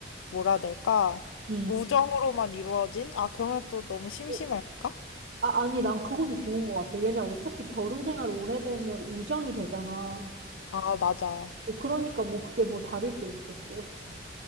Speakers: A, on the left; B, on the right.
A: 뭐라 해야 될까?
B: 음.
A: 우정으로만 이루어진? 아, 그러면 또 너무 심심할까?
B: 어, 아, 아니, 난 그것도 좋은 것 같아. 왜냐, 어차피 결혼 생활 오래되면 우정이 되잖아.
A: 아, 맞아.
B: 어, 그러니까 뭐 그게 뭐 다를 게 있겠어, 그치?